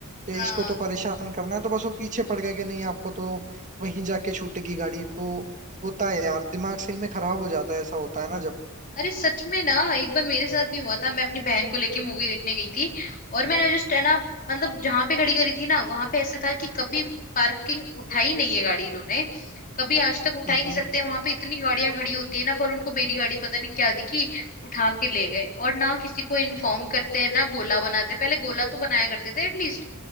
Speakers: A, on the right; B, on the left.
A: कि
B: हाँ
A: इसको तो परेशान करना है तो बस वो पीछे पड़ गए कि नहीं आपको तो वहीं जाके छूटेगी गाड़ी तो होता है यार दिमाग सही में खराब हो जाता है ऐसा होता है ना जब
B: अरे सच में ना एक बार मेरे साथ भी हुआ था मैं अपनी बहन को लेके मूवी देखने गई थी और मैंने जस्ट है ना मतलब जहां पे खड़ी करी थी ना वहां पे ऐसे था कि कभी पार्किंग उठाई नहीं है गाड़ी इन्होंने कभी आज तक उठा
A: हम्म
B: ही नहीं सकते वहां पे इतनी गाड़ियां खड़ी होती है ना पर उनको मेरी गाड़ी पता नहीं क्या दिखी उठा के ले गए और ना किसी को इन्फॉर्म करते हैं ना गोला बनाते पहले गोला तो बनाया करते थे एटलीस्ट